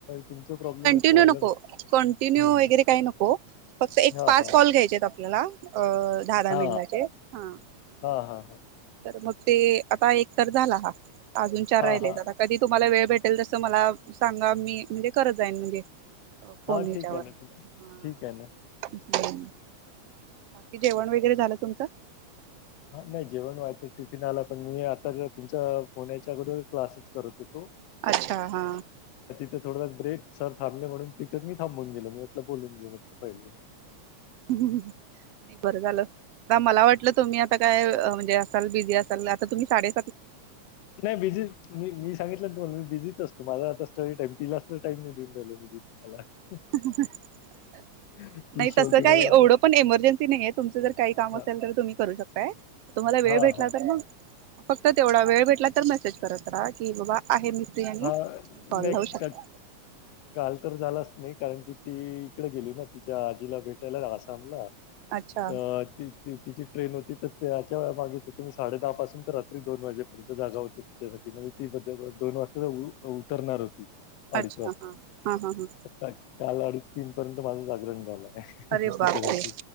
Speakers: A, on the left; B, on the right.
A: तुमच प्रॉब्लेम,
B: किटीन्यू
A: व्हायला
B: नको
A: ना
B: कंटिन्यू
A: हम्म.
B: वगैरे काही नको फक्त एक
A: हा
B: पाच
A: हा
B: कॉल घ्यायचे आपल्याला अ दहा दहा
A: हा
B: मिनटाचे हा,
A: हा हा हा
B: तर मग ते आता एक तर झाला हा अजून चार
A: हा
B: राहिले
A: हा
B: आता कधी तुम्हाला वेळ भेटेल तस मला सांगा मी म्हणजे करत जाईन म्हणजे. फोन
A: हा
B: ह्याच्यावर
A: ठीक आहे ना ठीक
B: हा
A: ठीक आहे ना,
B: बाकी जेवण वगैरे झालं तुमचं.
A: हा नाही जेवण व्हायचं टिफिन आला पण मी आताच तुमच्या फोन याच्या अगोदर क्लासेस करत होतो.
B: अच्छा हा,
A: ते थोड ब्रेक सर थांबले म्हनूण तिथं मी थांबून गेलो म्हंटल बोलून घेऊ, म्हटलं पहिले
B: नाही बरं झालं का मला वाटलं, तुम्ही आता काय म्हणजे, असाल बिझी असाल आता तुम्ही साडे
A: नाही बिझी मी मी सांगितलं तुमला मी बिझीच असतो, माझा आता स्टडी टाइम तिला असतो. टाईम नाही देऊन <unintelligible>
B: ह <unintelligible>
A: <unintelligible>
B: नाही तसं काही
A: मला
B: एवढं पण एमर्जनसी नाही, आहे तुमचं जर काही काम
A: हा
B: असेल तर तुम्ही करू शकताय तुम्हाला वेळ
A: हां,
B: भेटला
A: हां.
B: तर मग फक्त तेवढा वेळ भेटला तर मेसेज करत, रहा की बाबा आहे मी फ्री आणि
A: हा नाही
B: कॉल लावू शकता.
A: का काल तर झालाच नाही. कारण की ती इकडे गेली ना तिच्या आजीला भेटायला, आसामला
B: अच्छा
A: तर ती. तिची ट्रेन होती, तर त्याच्या च मागेच तुम्ही साडे दहा पासून तर रात्री दोन वाजेपर्यंत जागा होती त्याच्यासाठी म्हणजे ती मध्ये दोन वाजता उतरणार होती. अडीच
B: अच्छा
A: वाजता
B: हा हा हा हा
A: काल अडीच तीन पर्यंत माझं जागरण झालंय.
B: अरे बापरे
A: तिच्यासाठी,